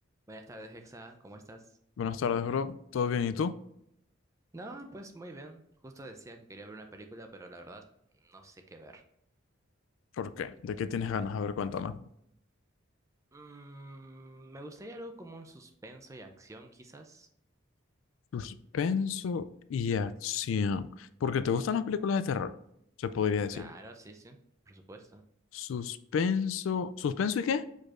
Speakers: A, on the right; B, on the left.
A: Buenas tardes, Hexa, ¿cómo estás?
B: Buenas tardes, bro. ¿Todo bien? ¿Y tú?
A: No, pues muy bien. Justo decía que quería ver una película, pero la verdad no sé qué ver.
B: ¿Por qué? ¿De qué tienes ganas? A ver, cuéntame.
A: Mm, me gustaría algo como un suspenso y acción, quizás.
B: Suspenso y acción. Porque te gustan las películas de terror, se podría decir.
A: Claro, sí, sí, por supuesto.
B: Suspenso. ¿Suspenso y qué?